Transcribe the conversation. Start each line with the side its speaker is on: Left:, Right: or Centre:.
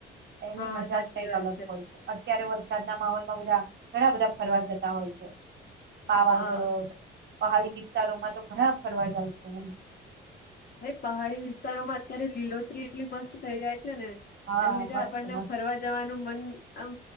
Right: એની
Left: હા
Right: મજા
Left: સાચી
Right: જ કંઈક
Left: વાત
Right: અલગ હોય છે. તયારે વરસાદના માહોલમાં બધા ઘણા બધા ફરવા જતા હોય છે. પાવાગઢ
Left: હા
Right: પહાડી વિસ્તારોમાં તો ઘણા ફરવા જાય છે, એમ
Left: હ પહાડી વિસ્તારોમાં અત્યારે લીલોતરી એટલી મસ્ત થઇ જાય છે, ને
Right: હા
Left: એન લીધે
Right: મસ્ત
Left: આપણને
Right: મસ્ત
Left: ફરવા જવાનું મન આમ